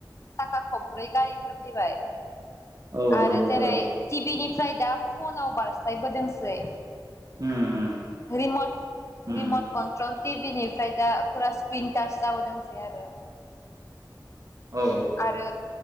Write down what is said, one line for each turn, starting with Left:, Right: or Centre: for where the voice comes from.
Left: साखा खब्रै गारिफोर फैबाय
Right: औ
Left: आरो
Right: नंगौथ'
Left: जेरै
Right: र'
Left: टिभिनि फ्राइ दा फनाव बारस्लायबोदोंसै
Right: उम उम
Left: रिमट
Right: उम
Left: रिमट कन्ट्रल टिभि निफ्राय दा फुरा स्क्रिन टाच जाबोदोंसै आरो
Right: औ
Left: आरो